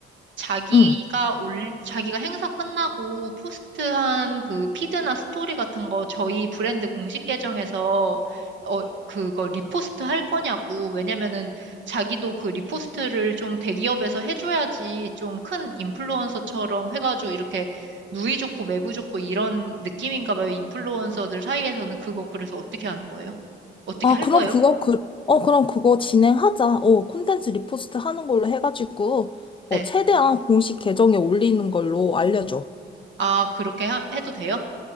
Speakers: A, on the right; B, on the left.
A: 자기가
B: 응.
A: 올, 자기가 행사 끝나고 포스트한 그 피드나 스토리 같은 거 저희 브랜드 공식 계정에서 어, 그거 리포스트 할 거냐고. 왜냐면은 자기도 그 리포스트를 좀 대기업에서 해줘야지 좀 큰 인플루언서처럼 해가지고 이렇게 누이 좋고 매부 좋고 이런 느낌인가 봐요. 인플루언서들 사이에서는 그거 그래서 어떻게 하는 거예요? 어떻게
B: 아,
A: 할
B: 그럼
A: 거예요?
B: 그거, 그, 어, 그럼 그거 진행하자. 어, 콘텐츠 리포스트 하는 걸로 해가지고,
A: 네.
B: 어, 최대한 공식 계정에 올리는 걸로 알려줘.
A: 아, 그렇게 하- 해도 돼요?